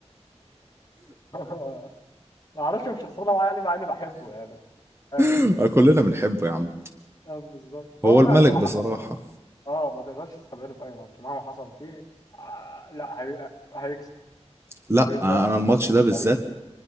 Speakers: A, on the left; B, on the right.
A: هو- ما اعرفش مش شخصيه معايا يعني مع اني بحبه يعني مش عارف الصراحه
B: <laughs> كلنا بنحبه يا عم
A: آه، بالظبط فهو
B: هو الملك
A: لا صراحه
B: بصراحة
A: <laughs> اه ما تقدرش تستبعده في اي ماتش مهما حصل فيه آه لا هي... هيكسب
B: لا
A: الراجل
B: آه،
A: ده
B: انا الماتش ده بالذات
A: تاريخ